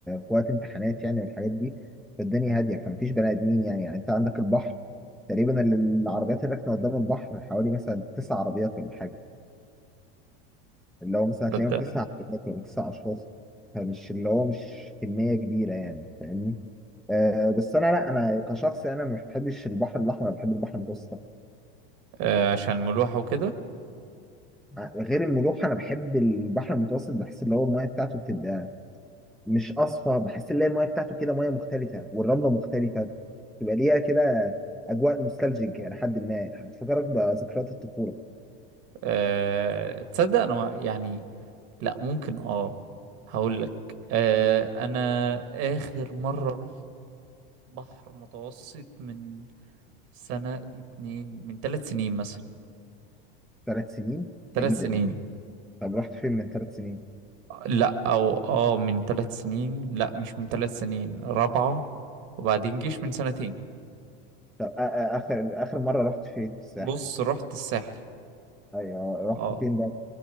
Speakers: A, in the centre; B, on the right.
A: في وقت امتحانات يعني والحاجات دي فالدنيا هاديه فمفيش بني ادمين يعني, يعني انت عندك البحر تقريبا ال- العربيات اللي راكنه قدام البحر حوالي مثلا تسع عربيات ولا حاجه اللي هو مثلا هتلاقيهم
B: تصدق
A: تسع عربيات ولا تسع اشخاص فمش اللي هو مش كميه كبيره يعني فاهمني آه بس انا لا انا كشخص انا ما بحبش البحر الاحمر أنا بحب البحر المتوسط
B: آه عشان ملوحة وكده
A: أكتر. غير الملوحه انا بحب البحر المتوسط بحس اللي هو الميه بتاعته بتبقى مش اصفى بحس ان هي المايه بتاعته كده مايه مختلفه والرمله مختلفه تبقى ليها كده اجواء نوستالجيك الى حد ما بتفكرك بذكريات الطفوله
B: أه... تصدق انا ما- يعني لا ممكن اه هقول لك أه... انا اخر مرة رحت بحر متوسط من سنة اتنين من ثلاث سنين مثلا
A: وثلاث سنين بعيده
B: ثلاث سنين
A: دي طب رحت فين من ثلاث سنين
B: لا او اه من ثلاث سنين لا مش من ثلاث سنين رابعة وبعدين جيش من سنتين
A: طب آ- آ- اخر اخر مره رحت فين في الساحل
B: بص رحت الساحل
A: ايوه
B: اه
A: رحت فين بقى